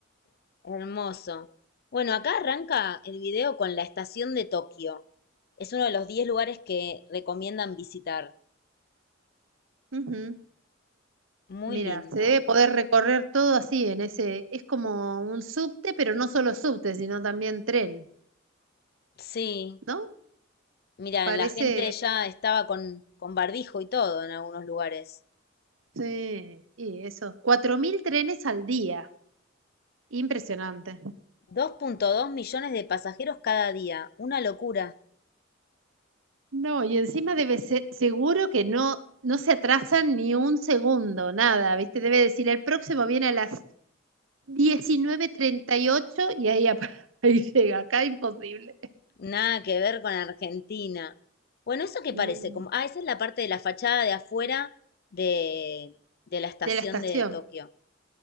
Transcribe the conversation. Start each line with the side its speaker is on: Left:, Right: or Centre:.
Left: <laughs> Hermoso. Bueno, acá arranca el video con la estación de Tokio. Es uno de los 10 lugares que recomiendan visitar.
Right: Ujú.
Left: Muy
Right: Mira,
Left: lindo.
Right: se debe poder recorrer todo así en ese. Es como un subte, pero no solo subte, sino también tren,
Left: Sí,
Right: ¿no?
Left: mira,
Right: Parece.
Left: la gente ya estaba con, con barbijo y todo en algunos lugares.
Right: Sí, y eso. cuatro mil trenes al día. Impresionante.
Left: Dos punto dos millones de pasajeros cada día, una locura.
Right: No, y encima debe ser, seguro que no, no se atrasan ni un segundo, nada, ¿viste? Debe decir, el próximo viene a las 19.38 y ocho y ahí, ap- <laughs> ahí llega, acá imposible.
Left: Nada que ver con Argentina. Bueno, ¿eso qué parece?
Right: Mm,
Left: Como, ah, esa es la parte de la fachada de afuera de, de la estación
Right: De la estación.
Left: de Tokio.